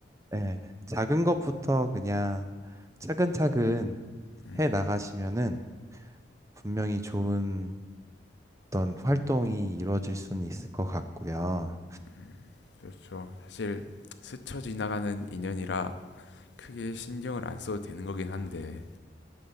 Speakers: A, on the right; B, on the left.
A: 네, 작은 것부터 그냥 차근차근
B: 음,
A: 해 나가시면은 분명히 좋은 어떤 활동이 이루어질 수는 있을 것 같고요.
B: 음. 그렇죠. 사실 스쳐 지나가는 인연이라 크게 신경을 안 써도 되는 거긴 한데